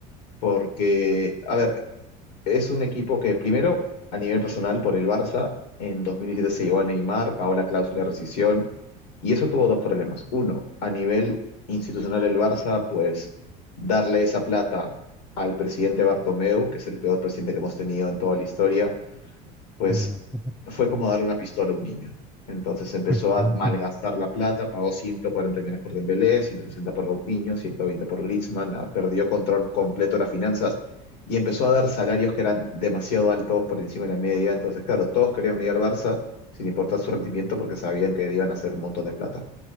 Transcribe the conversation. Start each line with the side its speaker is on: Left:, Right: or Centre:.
Left: porque, a ver, es un equipo que primero, a nivel personal, por el Barça, en 2017 se llevó a Neymar, pagó la cláusula de rescisión, y eso tuvo dos problemas. Uno, a nivel institucional el Barça, pues darle esa plata al presidente Bartomeu, que es el peor presidente que hemos tenido en toda la historia, pues
Centre: Ujú, ujú,
Left: fue como dar una pistola a un niño. Entonces empezó
Centre: ujú,
Left: a malgastar la plata, pagó 140 millones por Dembélé, 160 por Coutinho, 120 por Griezmann, ah, perdió control completo de las finanzas y empezó a dar salarios que eran demasiado altos por encima de la media. Entonces, claro, todos querían venir al Barça sin importar su rendimiento porque sabían que iban a hacer un montón de plata.